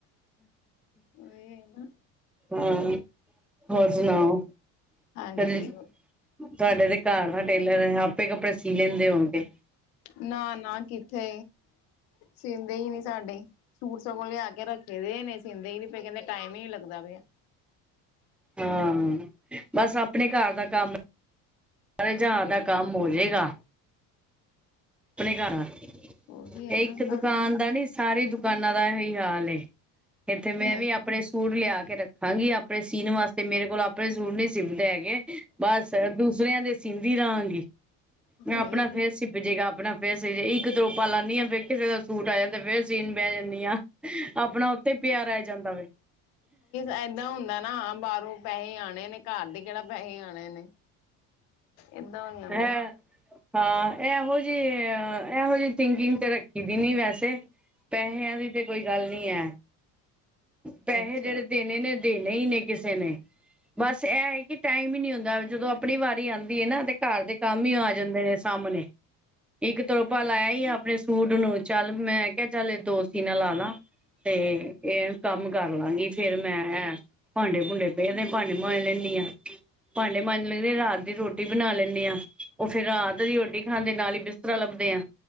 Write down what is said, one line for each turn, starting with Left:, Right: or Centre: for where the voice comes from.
Left: ਉਹੀ ਨਾ
Centre: ਹਾਂ। ਹੋਰ ਸੁਣਾਓ?
Left: ਹਾਂਜੀ
Centre: ਕਦੀ, ਤੁਆਡੇ ਤੇ ਘਰ ਦਾ ਟੇਲਰ ਹੈ ਆਪੇ ਕੱਪੜੇ ਸੀ ਲੈਂਦੇ ਹੋਣਗੇ।
Left: ਨਾ-ਨਾ ਕਿੱਥੇ, ਸੀਂਦੇ ਈ ਨੀ ਸਾਡੇ। ਸੂਟ ਸਗੋਂ ਲਿਆ ਕੇ ਰੱਖੇ ਦੇ ਐਨੇ ਸੀਂਦੇ ਈ ਨੀ ਪੇ ਕੈਂਦੇ ਟਾਈਮ ਈ ਨੀ ਲੱਗਦਾ ਪਿਆ।
Centre: ਹਾਂ ਬਸ ਆਪਣੇ ਘਰ ਦਾ ਕੰਮ ਸਾਰੇ ਜਹਾ ਦਾ ਕੰਮ ਹੋਜੇਗਾ। ਆਪਣੇ ਘਰ ਆ,
Left: ਉਹੀ ਹੈ
Centre: ਏ
Left: ਨਾ
Centre: ਇੱਕ
Left: ਤਾਂ
Centre: ਦੁਕਾਨ ਦਾ ਨੀ ਸਾਰੇ ਦੁਕਾਨਾਂ ਦਾ ਏਹੀ ਹਾਲ ਏ। ਇੱਥੇ ਮੈਂ
Left: ਹਮ
Centre: ਵੀ ਆਪਣੇ ਸੂਟ ਲਿਆ ਕੇ ਰੱਖਾਂਗੀ ਆਪਣੇ ਸੀਣ ਵਾਸਤੇ ਮੇਰੇ ਕੋਲ ਆਪਣੇ ਸੂਟ ਨੀ ਸੀਂਦੇ ਹੈਗੇ ਬਸ ਤੇ ਦੂਸਰਿਆਂ ਦੇ ਸੀਂਦੀ ਰਹਾਂਗੀ, ਮੈਂ ਆਪਣਾ
Left: ਉਹੀ
Centre: ਫੇਰ ਸਿਪਜੇਗਾ ਆਪਣਾ ਫੇਰ ਸੀਜੇ ਇੱਕ ਤਰੋਪਾ ਲਾਂਨੀ ਆ ਫੇਰ ਕਿਸੇ ਦਾ ਸੂਟ ਆ ਜਾਂਦਾ ਫੇਰ ਸੀਨ ਬੈ ਜਾਨੀ ਆ। ਆਪਣਾ ਉੱਥੇ ਪਿਆ ਰੈ ਜਾਂਦਾ ਵੇ।
Left: ਐਦਾਂ ਹੁੰਦਾ ਨਾ ਆ ਬਾ ਰੋ ਪੈਹੇ ਆਣੇ ਨੇ ਘਰ ਦੇ ਕੇੜਾ ਪੈਹੇ ਆਣੇ ਨੇ। ਏਦਾਂ ਹੋ ਜਾਂਦਾ
Centre: ਹੈਂ। ਹਾਂ ਐਹੋ ਜੀ, ਐਹੋ ਜੀ ਥਿੰਕਿੰਗ ਤੇ ਰੱਖੀ ਦੀ ਨੀ ਵੈਸੇ। ਪੈਹਿਆਂ ਦੀ ਤੇ ਕੋਈ ਗੱਲ ਨੀ ਐ। ਪੈਹੇ
Left: ਅੱਛਾ
Centre: ਜੇੜੇ ਦੇਣੇ ਨੇ ਦੇਣੇ ਈ ਨੇ ਕਿਸੇ ਨੇ। ਬਸ ਐ ਕਿ ਟਾਈਮ ਈ ਨੀ ਹੁੰਦਾ ਜਦੋਂ ਆਪਣੀ ਵਾਰੀ ਆਂਦੀ ਏ ਨਾ ਤੇ ਘਰ ਦੇ ਕੰਮ ਈ ਆ ਜਾਂਦੇ ਨੇ। ਸਾਮਣੇ। ਇੱਕ ਤਰੋਪਾ ਲਾਇਆ ਈ ਆਪਣੇ ਸੂਟ ਨੂੰ ਚੱਲ ਮੈਂ ਕੇਆ ਚੱਲ ਏ ਦੋ ਸੀਨਾ ਲਾ ਨਾ। ਤੇ ਏ ਕੰਮ ਕਰ ਲਾਂਗੀ ਫਿਰ ਮੈਂ ਐ ਭਾਂਡੇ ਭੂੰਡੇ ਪੇ ਨੇ ਭਾਂਡੇ ਮਾਂਜ ਲੈਂਨੀ ਆ। ਭਾਂਡੇ ਮਾਂਜ ਲਦੇ ਰਾਤ ਦੀ ਰੋਟੀ ਬਣਾ ਲੈਂਨੀ ਆ ਓ ਫੇਰ ਰਾਤ ਦੀ ਰੋਟੀ ਖਾਂਦੇ ਨਾਲ ਈ ਬਿਸ ਤਰਾਂ ਲੱਭਦੇ ਆ